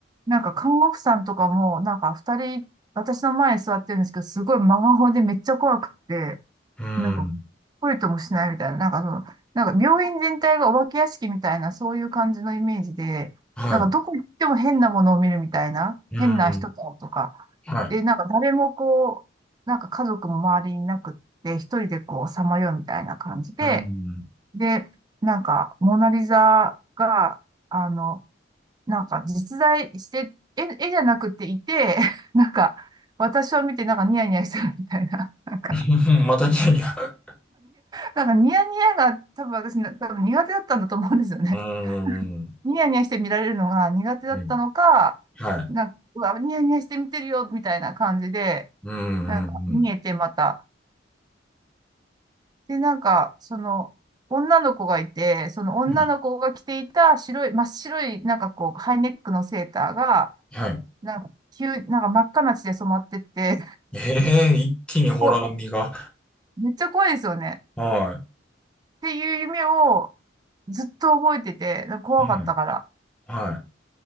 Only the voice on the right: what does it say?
なんか看護婦さんとかも、なんか二人、私の前に座ってるんですけど、すごい真顔でめっちゃ怖くって、
なんか、懲りともしないみたいな、なんかその、なんか病院全体がお化け屋敷みたいな、そういう感じのイメージで、
なんかどこ行っても変なものを見るみたいな、
変な人ととか、
で、なんか誰もこう、なんか家族も周りにいなくって、一人でこう、さまようみたいな感じで、
で、なんか、モナリザが、あの、なんか実在して、絵、絵じゃなくていて、<laughs> なんか、私を見てなんかニヤニヤしてるみたいな、なんか
なんかニヤニヤが多分私な、多分苦手だったんだと思うんですよね。
ニヤニヤして見られるのが苦手だったのか、
なんか、うわ、ニヤニヤして見てるよ、みたいな感じで、
なんか、
見えてまた。
で、なんか、その、女の子がいて、その女の子が着ていた白い、
真っ白い、なんかこう、ハイネックのセーターが、
なんか、急、なんか真っ赤な血で染まってって、
こう、めっちゃ怖いですよね。
っていう夢をずっと覚えてて、怖かったから。